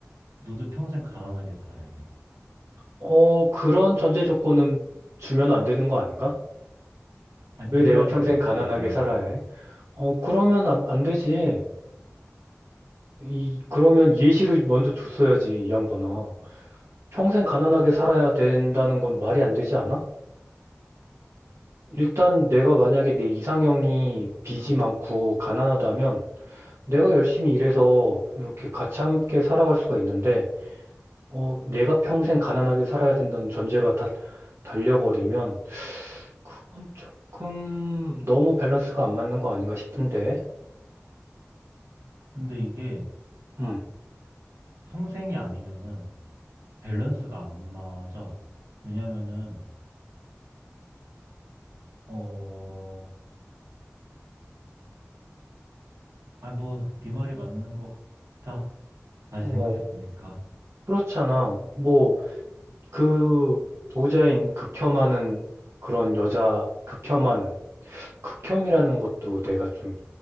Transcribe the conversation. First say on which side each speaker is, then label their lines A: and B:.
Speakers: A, on the right; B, on the right.
A: 너도 평생 가난하게 살아야 돼.
B: 어, 그런 전제 조건은 주면 안 되는 거 아닌가?
A: 아, 그래야지
B: 왜 내가 평생
A: 맞지,
B: 가난하게
A: 밸런스가.
B: 살아야 해? 어, 그러면 안, 안 되지. 이, 그러면 예시를 먼저 줬어야지, 이 양반아. 평생 가난하게 살아야 된다는 건 말이 안 되지 않아? 일단 내가 만약에 내 이상형이 빚이 많고 가난하다면 내가 열심히 일해서 이렇게 같이 함께 살아갈 수가 있는데, 어, 내가 평생 가난하게 살아야 된다는 전제가 다 달려버리면 그건 조금 너무 밸런스가 안 맞는 거 아닌가 싶은데.
A: 근데 이게
B: 음.
A: 평생이 아니면은 밸런스가 안 맞아. 왜냐면은, 어, 아, 뭐, 네 말이 맞는 것 같아. 다시
B: 어,
A: 생각해 보니까.
B: 그렇잖아. 뭐 그 보호자인 극혐하는 그런 여자 극혐하는 극혐이라는 것도 내가 좀